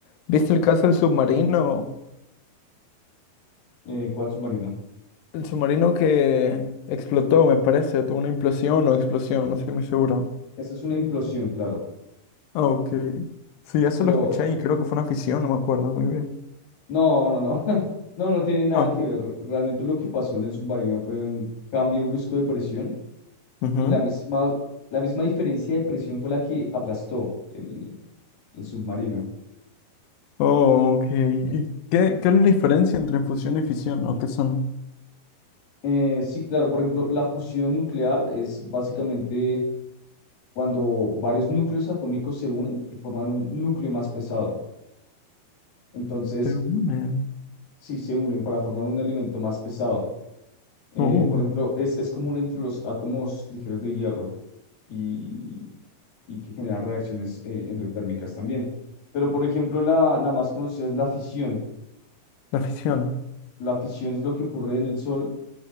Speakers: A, on the left; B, on the left.
A: ¿viste el caso del submarino?
B: eh, cual submarino.
A: El submarino que explotó, me parece, tuvo una implosión o explosión, no estoy muy seguro.
B: Eso es una implosión, claro,
A: Ah, Ok. Sí, eso
B: pero
A: lo escuché y creo que fue una fisión, no me acuerdo muy bien.
B: no, no, no, <laughs> no, no tiene nada
A: Ah,
B: que ver. Realmente lo que pasó en el submarino fue un cambio brusco de presión
A: ujú.
B: y la misma, la misma diferencia de presión fue la que aplastó el el submarino.
A: Oh, ok. ¿Y qué, cuál es la diferencia entre fusión y fisión? ¿O qué son?
B: Eh, sí, claro, por ejemplo, la fusión nuclear es básicamente cuando varios núcleos atómicos se unen y forman un núcleo más pesado. Entonces,
A: Se unen.
B: sí se unen para formar un elemento más pesado. Eh,
A: Oh,
B: por ejemplo, es, es común entre los átomos ligeros de hierro y, y que generan reacciones eh, endotérmicas también. Pero, por ejemplo, la, la más conocida es la fisión.
A: la fisión.
B: La fisión es lo que ocurre en el Sol